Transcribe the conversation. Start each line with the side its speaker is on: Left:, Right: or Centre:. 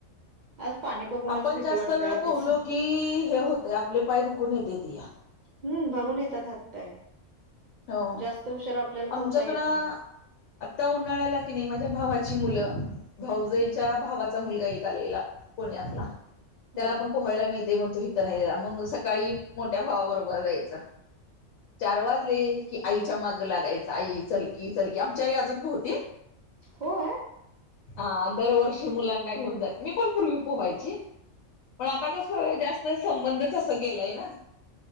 Right: आज पाणी बघूनच
Left: आपण
Right: भीती
Left: जास्त
Right: वाटते
Left: वेळ
Right: आधीच
Left: पोहलो की हे होतं आपले पाय दुखून येतेतीया.
Right: हम्म भरून येतात हातपाय
Left: हो
Right: जास्त उशीर आपल्याला
Left: आमच्याकड
Right: पोहता येत
Left: आता
Right: नाही
Left: उन्हाळ्याला कि नाही, माझ्या भावा- ची मुलं, भाऊजईच्या
Right: हम्म
Left: भावाचा मुलगा एक आलेला- पुण्यातला
Right: हम्म
Left: त्याला
Right: हम्म
Left: आपण पोहायला मिळतेय म्हणतो, इथं राहिलेला मग सकाळी- मोठ्या भावाबरोबर जायच, चार वाज- ले की, आईच्या माग लागायच, आई चल की, चल की, आमच्या आई अजून पोहते-
Right: हो.
Left: हा दरवर्षी मुलांना घेऊन जाते, मी पण पूर्वी पोहायची. पण आता कस जास्त- संबंध अस गेलाय ना,